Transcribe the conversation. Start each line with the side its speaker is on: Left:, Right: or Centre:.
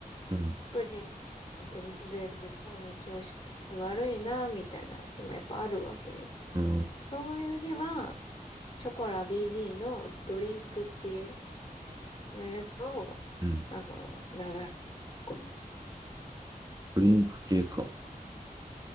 Right: う
Left: プリメント飲んでる肌の調子悪いな、みたいな日もやっぱあるわけよ。
Right: ん、
Left: そういう日は、チョコラ BB のドリンク系のやつを、
Right: うん、
Left: あの、流し込む。
Right: ドリンク系か。